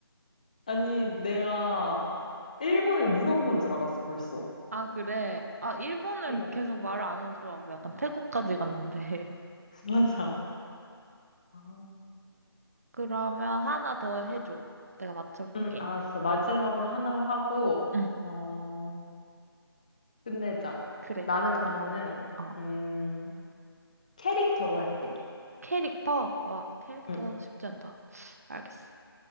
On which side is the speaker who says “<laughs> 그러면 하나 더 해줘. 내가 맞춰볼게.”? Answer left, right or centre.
Right